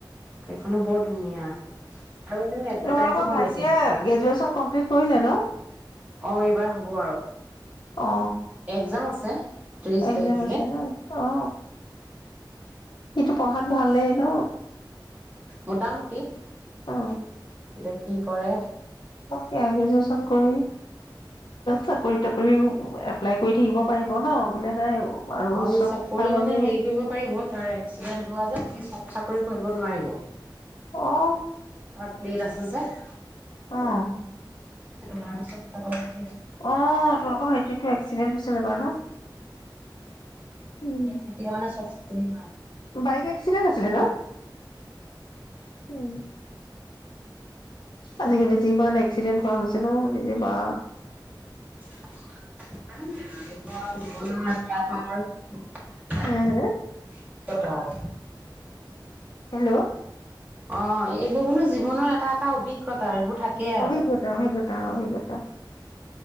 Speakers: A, on the right (about 20°); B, on the left (about 65°).
A: সেইখনো বৰ ধুনীয়া এনেও এডভাৰটাইজো
B: তোমালোকৰ ভাইটিয়ে
A: দি আছিলে।
B: গ্ৰেজুৱেচন কমপ্লিট কৰিলে ন
A: অ এইবাৰ হ'ব আৰু
B: অ
A: একজাম আছে ত্ৰিশ
B: এক্জাম
A: তাৰিখে
B: আছে ন অ সেইটো পঢ়াত ভালেই ন
A: মোটামুটি এতিয়া
B: অ
A: কি কৰে
B: সেয়া গ্ৰেজুৱেচন কৰি চাকৰি তাকৰি এপ্লাই কৰি থাকিব পাৰিব ন বোলে নাই আৰু
A: অ
B: উচ্চ
A: চাকৰি
B: শিক্ষা ললেও
A: মানে হেৰি কৰিব পাৰি বত তাৰ এক্সিডেণ্ট হোৱা যে সি চব চাকৰি কৰিব নোৱাৰিব
B: অ
A: আপুনি দেখা যায়
B: অহ
A: তাৰ পিছত চবকে
B: অ তোমালোকৰ ভাইটিটোৰএক্সিডেন্ট হৈ চিলে বাৰু ন উম,
A: তেতিয়া মানে চব হয়
B: বাইক এক্সিডেণ্ট আছিলে ন ওম আজিকালি যিমান এক্সিডেন্ট কৰা হৈছে ন নিজে বা
A: <unintelligible> <unintelligible>
B: হে হে
A: টপাৰ
B: হেল্ল'
A: অ এইবোৰ বোলো জীৱনৰ এটা এটা অভিজ্ঞতা এইবোৰ থাকেই আৰু
B: অভিজ্ঞতা অভিজ্ঞতা অ অভিজ্ঞতা